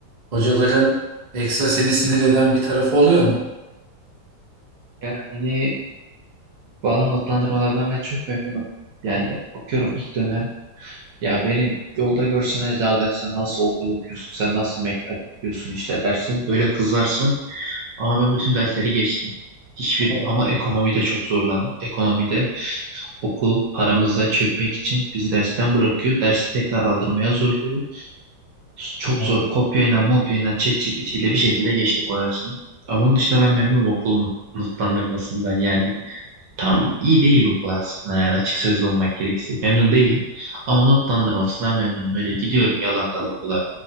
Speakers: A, on the right (about 75°); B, on the right (about 65°).
A: hocaların ekstra seni sinir eden bir tarafı oluyor mu?
B: Yani valla notlandırmalardan ben çok memnunum. Yani okuyorum ilk dönem. Ya benim yolda görsen zaten sen nasıl okul okuyorsun, sen nasıl mektep okuyorsun işte dersin. Böyle kızarsın. Ama ben bütün dersleri geçtim. Hiçbir
A: Evet,
B: ama ekonomide çok zorlandım. Ekonomide okul paramıza çökmek için bizi dersten bırakıyor. Dersi tekrar aldırmaya zorluyor. Çok
A: evet.
B: zor kopyayla mopyayla ChatGPT ile bir şekilde geçtik orasını. Ama onun dışında ben memnunum okulumun notlandırmasından yani tam iyi değil okul aslında yani açık sözlü olmak gerekirse. Memnun değilim ama notlandırmasından memnunum. Öyle gidiyorum yalandan okula